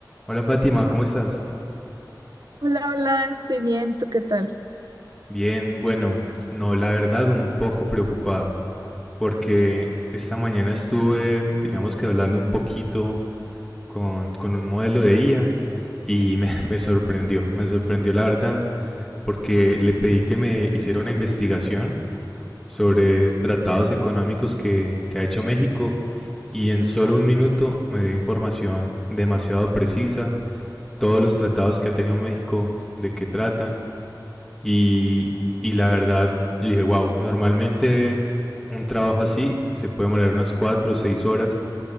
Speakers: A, in the centre; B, on the right.
A: Hola Fátima, ¿cómo estás?
B: Hola, hola, estoy bien, ¿tú qué tal?
A: Bien, bueno, no, la verdad un poco preocupado porque esta mañana estuve, digamos que hablando un poquito con, con un modelo de IA y me, <laughs> me sorprendió, me sorprendió la verdad porque le pedí que me hiciera una investigación sobre tratados económicos que, que ha hecho México y en solo un minuto me dio información demasiado precisa, todos los tratados que ha tenido México, de qué tratan Y, y la verdad, yo dije, wow, normalmente un trabajo así se puede demorar unas 4 o 6 horas